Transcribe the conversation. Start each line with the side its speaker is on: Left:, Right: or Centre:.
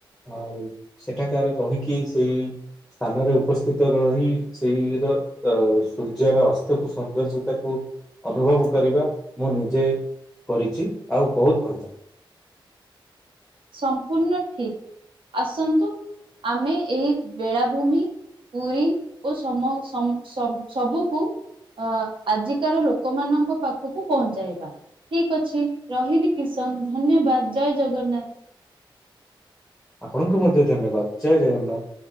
Centre: ଆଉ ସେଠାକାର ରହିକି ସେଇ ସ୍ଥାନରେ ଉପସ୍ଥିତ ରହି ସେଇର ଅ ସୂର୍ଯ୍ୟର ଅସ୍ତକୁ ସୌନ୍ଦର୍ଯ୍ୟତାକୁ ଅନୁଭବ କରିବା ମୁଁ ନିଜେ କରିଛି ଆଉ ବହୁତ ଭଲ ଲାଗେ।
Right: ସମ୍ପୂର୍ଣ୍ଣ ଠିକ୍ ଆସନ୍ତୁ ଆମେ ଏଇ ବେଳାଭୂମି ପୁରୀ ଓ ସମ ସମ ସ ସବୁକୁ ଅ ଆଜିକାର ଲୋକମାନଙ୍କ ପାଖକୁ ପହଞ୍ଚାଇବା ଠିକ୍ ଅଛି ରହିଲି କିଶନ୍ ଧନ୍ୟବାଦ ଜୟ ଜଗନ୍ନାଥ।
Centre: ଆପଣଙ୍କୁ ମଧ୍ୟ ଧନ୍ୟବାଦ ଜୟ ଜଗନ୍ନାଥ।